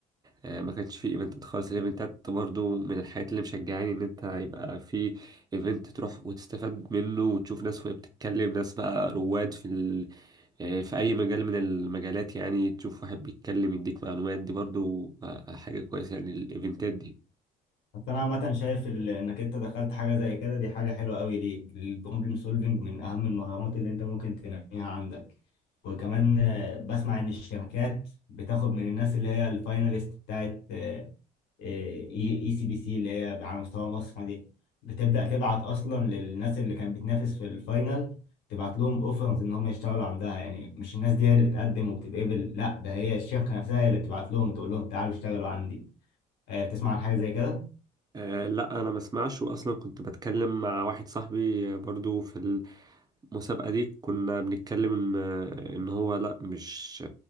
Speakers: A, on the right; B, on the left.
A: آه، ما كانش في ايفنتات خالص الايفنتات برضو من الحاجات اللي مشجعاني ان انت يبقى في ايفنت تروح وتستفاد منه وتشوف ناس وهي بتتكلم ناس بقى رواد في ال... آه، في اي مجال من المجالات يعني تشوف واحد بيتكلم يديك معلومات دي برضو آه، حاجة كويسة يعني الايفنتات دي
B: بس انا عامه شايف ال- انك انت دخلت حاجه زي كده دي حاجه حلوه قوي ليك البروبلم سولفنج من اهم المهارات اللي انت ممكن تنميها عندك وكمان آه، بسمع ان الشركات بتاخد من الناس اللي هي الفايناليست بتاعت آه، آه، اي إي سي بي سي اللي هي على مستوى مصر دي بتبدا تبعت اصلا للناس اللي كانت بتنافس في الفاينل تبعت لهم اوفرز ان هم يشتغلوا عندها يعني مش الناس دي هي اللي بتقدم وبتتقبل لا ده هي الشركه نفسها هي اللي بتبعت لهم تقول لهم تعالوا اشتغلوا عندي آه، بتسمع عن حاجه زي كده
A: آه لا انا ما اسمعش واصلا كنت بتكلم مع واحد صاحبي آه، برضو في المسابقة دي كنا بنتكلم إن إن هو لأ مش